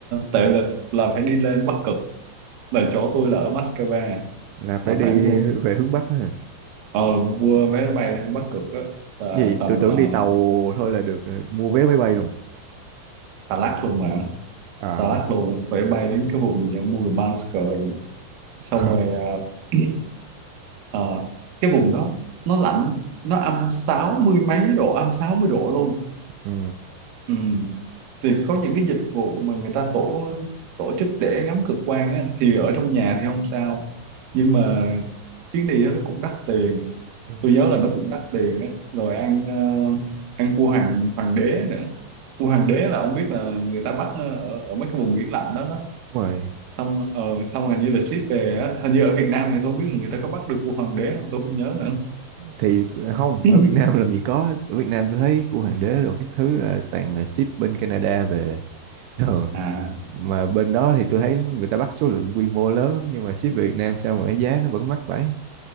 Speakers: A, on the right; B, on the right.
A: tại là, là phải đi lên Bắc Cực là chỗ tôi là ở Moscow
B: là phải
A: là
B: đi
A: phải mua
B: về hướng Bắc á hả
A: ờ, mua vé bay lên Bắc Cực á là
B: gì
A: tầm
B: tôi tưởng
A: uh,
B: đi tàu thôi là được rồi mua vé máy bay luôn rồi
A: xà lách luôn mà
B: à
A: xà lách luôn phải bay đến cái vùng gì ở Murmansk rồi xong
B: <laughs>
A: rồi ờ, <clears throat> ờ, cái vùng đó nó lạnh nó âm sáu mươi mấy độ âm 60 độ luôn
B: ừ.
A: ừ. thì có những cái dịch vụ mà người ta tổ tổ chức để ngắm cực quang á, thì ở trong nhà thì không sao nhưng mà chuyến đi đó nó cũng đắt tiền
B: Ừ,
A: tôi nhớ là nó cũng đắt tiền á rồi ăn ờ, ăn cua hoàng hoàng đế nữa cua hoàng đế là ông biết là người ta bắt ờ, ở ở mấy cái vùng biển lạnh đó đó
B: Đúng rồi
A: xong ờ, xong hình như là ship về á hình như ở Việt Nam thì tôi không biết là người ta có bắt được cua hoàng đế không tôi không nhớ nữa
B: thì không
A: <laughs>
B: ở Việt Nam làm gì có ở Việt Nam tôi thấy cua hoàng đế rồi các thứ là toàn là ship bên Canada về Ừ.
A: à
B: Mà bên đó thì tôi thấy người ta bắt số lượng quy mô lớn lắm nhưng mà ship về Việt Nam sao mà cái giá nó vẫn mắc vậy?